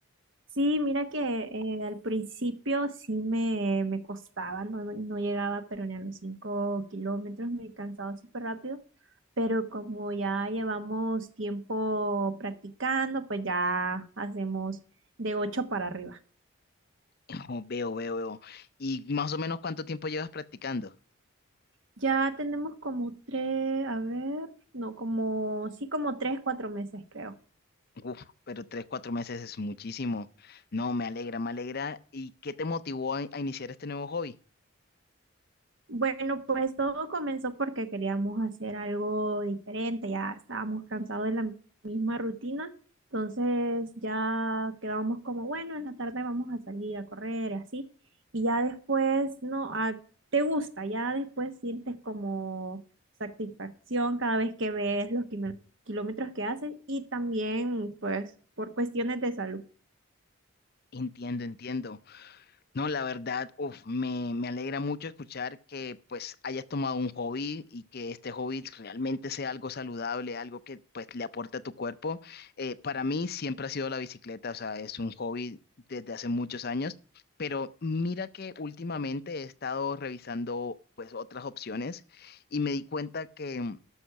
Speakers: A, on the right; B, on the left.
A: Sí, mira que eh, al principio sí me, me costaba, no, no no llegaba, pero ni a los 5 kilómetros me cansaba súper rápido, pero como ya llevamos tiempo practicando, pues ya hacemos de 8 para arriba.
B: <clears throat> Oh, veo, veo, veo. ¿Y más o menos cuánto tiempo llevas practicando?
A: Ya tenemos como 3, a ver, no, como, sí, como 3 4 meses creo.
B: Uf, pero tres, cuatro meses es muchísimo. No, me alegra, me alegra. ¿Y qué te motivó a, a iniciar este nuevo hobby?
A: Bueno, pues todo comenzó porque queríamos hacer algo diferente, ya estábamos cansados de la misma rutina, entonces ya quedábamos como, bueno, en la tarde vamos a salir a correr y así, y ya después, no, ah, te gusta, ya después sientes como satisfacción cada vez que ves los quime- kilómetros que haces y también pues por cuestiones de salud.
B: Entiendo, entiendo. No, la verdad, uf, me, me alegra mucho escuchar que pues hayas tomado un hobby y que este hobby realmente sea algo saludable, algo que pues le aporte a tu cuerpo. Eh, para mí siempre ha sido la bicicleta, o sea, es un hobby desde hace muchos años, pero mira que últimamente he estado revisando pues otras opciones y me di cuenta que